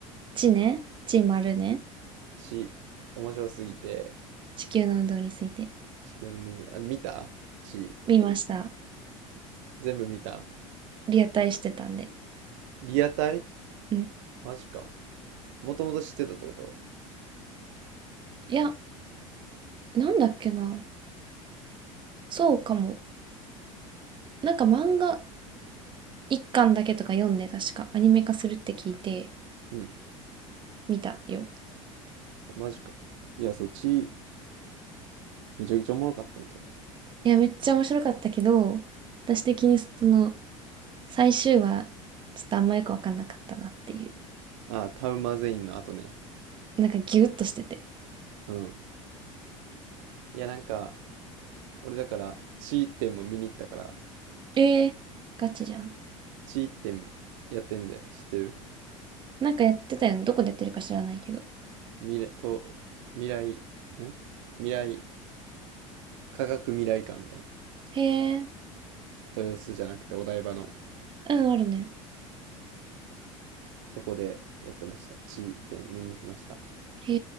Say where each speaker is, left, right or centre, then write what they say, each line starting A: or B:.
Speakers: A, on the right; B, on the right.
A: 地ね。地丸ね。
B: 血、面白すぎて、
A: 地球の運動について。
B: 地球の、あ、見た血、
A: 見ました。
B: 全部見た。
A: リアタイしてたんで。
B: リアタイ
A: うん。
B: マジか。もともと知ってたってこと
A: いや、なんだっけな。そうかも。なんか漫画一巻だけとか読んで、確かアニメ化するって聞いて
B: うん、
A: 見たよ。
B: マジか。いや、そう、血、めちゃくちゃおもろかったんやけど。
A: いや、めっちゃ面白かったけど、私的にその最終話、ちょっとあんまよく分かんなかったなってい
B: ああ、タウマゼインの後ね。
A: う。なんかギュッとしてて。
B: うん。いや、なんか、俺だから、血っても見に行ったから、
A: えー、ガチじゃん。
B: 血ってやってんで、知ってる
A: なんかやってたよね。どこでやってるか知らないけど。
B: 未来、と、未来、ん未来、科学未来館みたいな。
A: へえ、
B: 豊洲じゃなくてお台場の、
A: うん、あるね。
B: そこでやってました。地点見に行きました。
A: へ